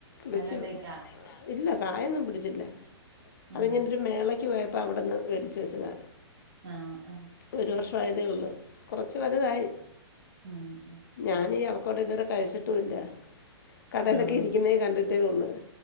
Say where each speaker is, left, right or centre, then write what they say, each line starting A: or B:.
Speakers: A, on the left; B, on the right.
A: വെച്ച്
B: നല്ലണ്ടേക്കാ
A: ഇല്ല കായൊന്നും പിടിച്ചില്ല
B: ഉം
A: അതിങ്ങനെരു മേള ക്ക് പോയപ്പോവിടുന്ന് മേടിച്ച് വെച്ചതാ
B: ആഹ് ആ
A: ഒരു വർഷമായതേ ഉള്ളൂ കൊറച്ച് വലുതായി
B: ഉം ഉ
A: ഞാൻ അവോക്കാഡോ ഇതുവരെ കഴിച്ചിട്ടുമില്ല കടേലൊക്കെ
B: ആഹ്
A: ഇരിക്കുന്നതേ കണ്ടിട്ടേ ഉള്ളൂ